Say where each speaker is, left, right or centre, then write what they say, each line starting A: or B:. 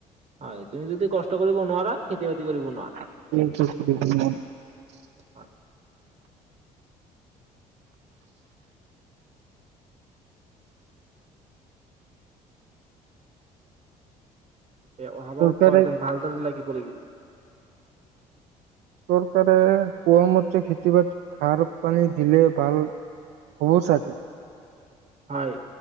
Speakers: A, on the right; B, on the right.
A: হয়, তুমি যদি কষ্ট কৰিব নোৱাৰা, খেতি-বাতি কৰিব নোৱা-
B: <unintelligible>
A: হয় এ অহাবাৰ
B: চৰকাৰে
A: পৰা একদম ভালদৰে লাগিব লাগিব।
B: চৰকাৰে কোৱা মতে খেতি-বাতিত সাৰ-পানী দিলে ভাল হ'ব চাগে।
A: হয়,